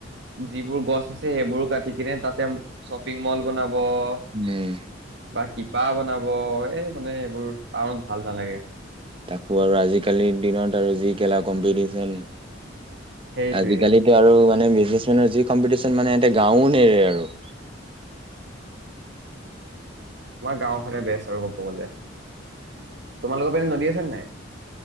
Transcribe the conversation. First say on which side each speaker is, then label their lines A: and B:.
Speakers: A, on the right (about 65°); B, on the right (about 30°).
A: যিবোৰ গছ আছে তে সেইবোৰো কাটি কিনে তাতে শ্বপিং মল বনা বঅঅ
B: উম
A: বাকী কিব্বা বনাব এই মানে এইবোৰ টাউনত ভাল নালাগে।
B: তাকো আৰু আজিকালিৰ দিনত আৰু যি কেলা কম্পিটিচন।
A: সেইটোৱে
B: আজিকালিতো আৰু মান নাই বিজনেছমেনৰ যি কম্পিটিচন মানে এতিয়া গাঁৱ নেৰে আৰু
A: গাওঁ ফালে বেচ আৰু ক'ব গলে। তোমালোকৰ পিনে নদী আছে। ঝৰ্ণাই